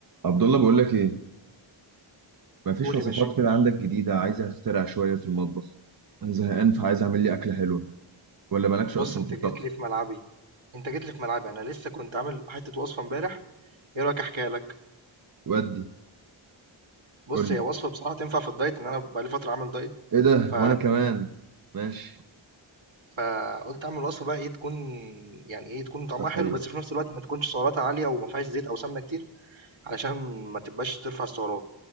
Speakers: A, on the right (about 45°); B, on the right (about 65°).
A: عبد الله بقول لك ايه مفيش
B: قول
A: وصفات
B: يا باشا
A: كده عندك جديده عايز اخترع شويه في المطبخ انا زهقان فعايز اعمل لي اكله حلوه ولا مالكش
B: بص
A: اصلا
B: انت
A: في الطبخ
B: جيت لي في ملعبي انت جيت لي في ملعبي انا لسه كنت عامل حته وصفه امبارح ايه رايك احكيها لك
A: ودي
B: بص
A: قول
B: هي
A: لي
B: وصفه بصراحه تنفع في الدايت ان انا بقالي فتره عامل دايت
A: ايه ده
B: ف
A: وانا كمان ماشي
B: فقلت اعمل وصفه بقى ايه تكون يعني ايه تكون طعمها
A: صحيح
B: حلو بس في نفس الوقت ما تكونش سعراتها عاليه وما فيهاش زيت او سمنه كتير علشان ما تبقاش ترفع السعرات